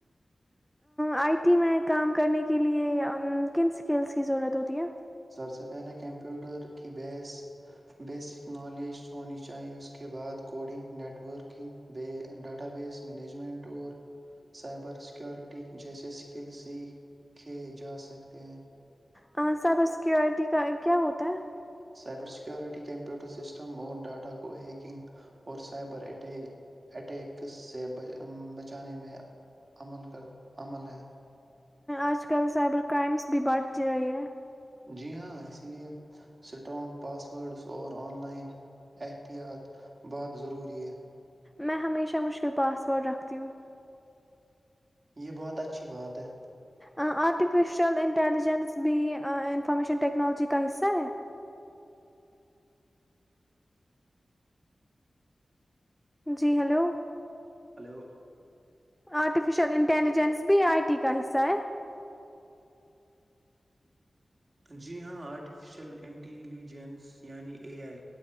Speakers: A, in the centre; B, on the right.
A: آئی ٹی میں کام کرنے کے لیے کم سکلس کی ضورت اتی یہ
B: <inaudible>
A: ہ سبس <unintelligible> سکیورٹی کا کیا ہوتا ہے <unintelligible>
B: سائبر سیکورٹی کمپیوٹر سسٹم اور ڈاٹا کو ہیکنگ اور سائبرٹ اٹیکس سے بچانے میں عمل کر عمل ہے
A: آج کل سائبر کرائمس بھی بڑھ ج رہی ہے <unintelligible>
B: جی ہاں اسی لیے اسٹرانگ پاس ورڈس اور آن لائن احتیاط بہت ضروری ہے
A: میں ہمیشہ مشکل پاس ورڈ رکھتی ہوں
B: یہ بہت اچھی بات ہے
A: ارٹیفیشل انٹیلیجنس بھی انفارمیشن ٹیکنالوجی کا حصہ ہے جی ہیلو
B: ہلو
A: آرٹیفیشیل انٹیلیجنس بھی آئی ٹی کا حصہ ہے
B: جی ہاں آرٹیفیشیل انٹیلیجنس یعنی اے آئی